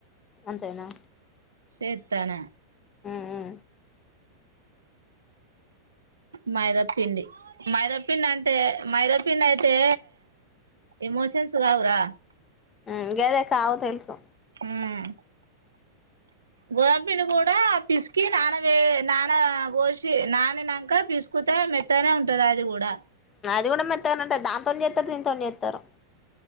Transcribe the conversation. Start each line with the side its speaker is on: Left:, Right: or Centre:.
Left: అంతేనా
Right: శేత్తనా
Left: ఆ ఆ
Right: మైదా ప్ పిండి మైదా పిండి అం తే మైదా పిండి ఐతే ఎమోషన్స్ కావురా
Left: మ్మ్ గదేకావు తెలుసు
Right: మ్మ్ హ్మ్ గోదంపిండిని కూడా పిసికి నాన వే నాన వోసి నాని నాంక పిసుకుతే మెత్తనే ఉంటది అది కూ డ
Left: ది కూనా మెత్తగానే ఉంటది దాంతోను జేత్తారు దింతోను జేత్తరు